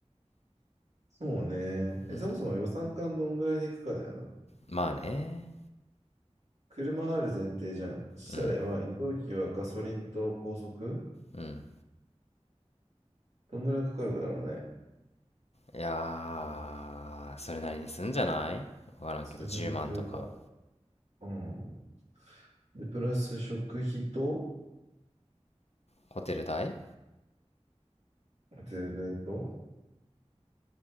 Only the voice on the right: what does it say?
そうね。
え、そもそも予算感どんぐらいでいくかだよな。
車ある前提じゃん。そしたら、
まあ、移動費はガソリンと高速
どんぐらいかかるかだろうね。
それなりにするか。
うん。で、プラス食費と、
ホテルと、